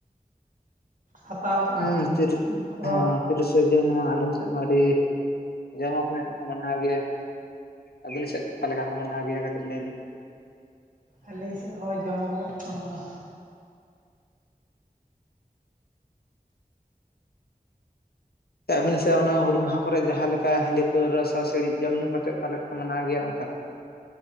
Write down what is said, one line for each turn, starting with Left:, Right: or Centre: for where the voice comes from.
Right: ᱦᱟᱛᱟᱣ ᱠᱟᱜᱼᱟ
Left: ᱦᱩᱸ ᱛᱤᱨᱥ
Right: ᱠᱚᱨᱟᱣ
Left: ᱦᱚᱸ ᱛᱤᱨᱮᱥᱮ ᱡᱩᱱ ᱱᱚᱣᱟ ᱟᱹᱞᱤᱧ ᱥᱮᱫ ᱢᱟ ᱟᱹᱰᱤ ᱡᱚᱢᱚᱠ ᱧᱚᱜ ᱜᱮᱠᱚ ᱢᱟᱱᱟᱣ ᱜᱮᱭᱟ ᱟᱹᱵᱤᱱ ᱥᱮᱫ ᱚᱠᱟ ᱞᱮᱠᱟ ᱠᱚ ᱢᱟᱱᱟᱣ ᱟᱹᱜᱩᱭᱟ ᱠᱟᱹᱴᱤᱡ ᱞᱟᱹᱭ ᱵᱤᱱ
Right: ᱟᱹᱞᱤᱧ ᱥᱮᱫ ᱦᱚᱸ ᱡᱚᱢᱚᱠ ᱧᱚᱜ ᱠᱚ ᱢᱟᱱᱟ᱾
Left: ᱟᱹᱵᱤᱱ ᱥᱮ ᱚᱱᱟ ᱦᱩᱞ ᱢᱟᱦᱟ ᱠᱚᱨᱮᱜ ᱡᱟᱦᱟᱸ ᱞᱮᱠᱟ ᱦᱟᱺᱰᱤ ᱯᱟᱹᱣᱨᱟ ᱥᱚ ᱥᱤᱲᱤᱡ ᱡᱚᱢ ᱧᱩ ᱠᱟᱛᱮᱫ ᱠᱚ ᱢᱟᱱᱟᱣ ᱜᱮᱭᱟ ᱯᱟᱞᱮᱫ ᱚᱱᱠᱟ <inaudible>